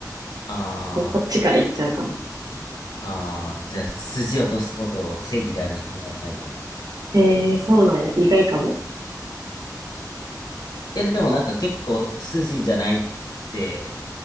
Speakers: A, on the left; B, on the right.
A: あ
B: こう、こっちから行っちゃうかな。
A: あ、ああ、じゃあ、筋を通すことを正義であると考えるタイプや。い
B: えー、そうなんや。意外かも。
A: や、でもなんか結構筋じゃないって